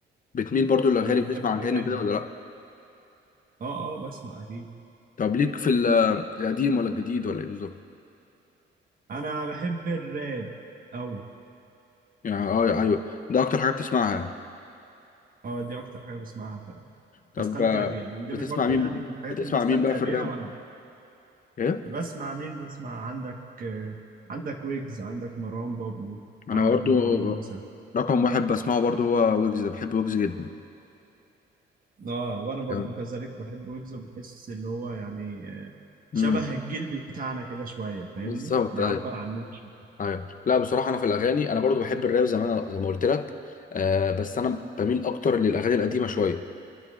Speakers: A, on the left; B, on the right.
A: بتميل برضو للاغاني
B: انا
A: بتسمع
B: بحب الاغاني
A: اغاني وكده
B: أوي.
A: ولا لا
B: اه اه بسمع اكيد
A: طب ليك في ال- القديم ولا الجديد ولا ايه بالظبط
B: انا بحب الراب قوي
A: يعني اه ايوه أيوه. ده اكتر حاجه بتسمعها يعني
B: اه دي اكتر حاجة بسمعها فعلا
A: طب
B: بستمتع
A: آه،
B: بيها من
A: بتسمع
B: ضمن برضو
A: مين
B: يعني الحاجات
A: بتسمع
B: اللي بستمتع
A: مين بقى في
B: بيها
A: الراب
B: وانا
A: ايه
B: بسمع مين بسمع عندك آه، عندك ويجز عندك مروان بابلو
A: انا
B: عندك
A: برضو
B: مروان موسى
A: رقم واحد بسمعه برضو هو ويجز ده بحب ويجز جدا
B: اه وانا برضو
A: يعني
B: كذلك بحب ويجز بحس اللي هو يعني آه،
A: مم.
B: شبه الجيل بتاعنا كده شويه فاهمني
A: بالظبط
B: بيعبر
A: ايوه
B: عننا شويه
A: ايوه لا بصراحه انا في الاغاني انا برضو بحب الراب زي ما زي ما قلت لك آه بس انا بميل اكتر للاغاني القديمه شويه